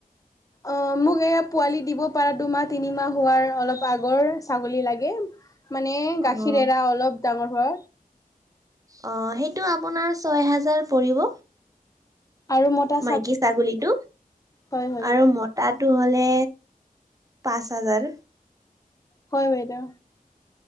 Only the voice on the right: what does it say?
অ'
অ সেইটো আপোনাৰ ছয় হাজাৰ পৰিব।
মাইকী ছাগলীটো
আৰু মতাটো হলে পাঁচ হাজাৰ।